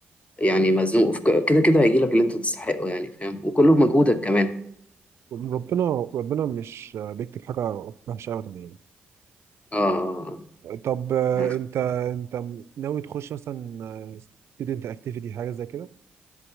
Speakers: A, on the left; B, on the right.
A: يعني مزنوق في ك- كده كده هيجيلك اللي انت تستحقه يعني فاهم وكله بمجهودك كمان
B: ربنا ربنا مش بيكتب حاجة وحشة أبدا يعني
A: اه
B: طب آه،
A: آه.
B: أنت أنت ناوي تخش مثلا ستودنت أكتيفيتي حاجة زي كده